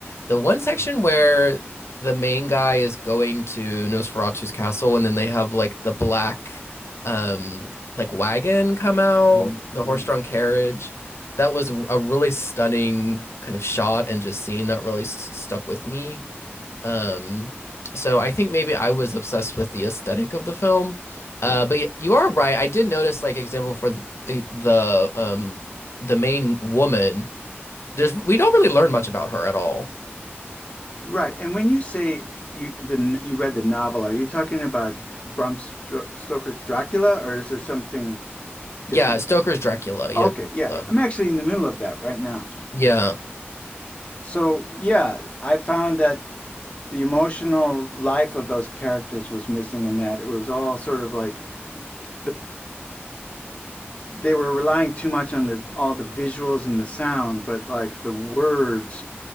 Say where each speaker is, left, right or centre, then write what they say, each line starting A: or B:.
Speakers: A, on the left; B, on the left.
A: the one section where the main guy is going to Nosferatu's castle and then they have like the black um like wagon come out,
B: hmm
A: the
B: hmm
A: horse-drawn carriage. That was a really stunning kind of shot and just scene that really s stuck with me. Um, so I think maybe I was obsessed with the aesthetic of the film. Uh,
B: Yeah.
A: but y- you are right. I did notice, like, example for the, the um the main woman. There's we don't really learn much about her at all.
B: Right. And when you say you the you read the novel, are you talking about Bram Stoker's Dracula or is there something
A: Yeah,
B: different?
A: Stoker's Dracula. Yeah,
B: Okay, yeah.
A: Uh,
B: I'm actually in the middle of that right now.
A: yeah,
B: So, yeah, I found that the emotional life of those characters was missing in that. It was all sort of like the they were relying too much on the all the visuals and the sound, but like the words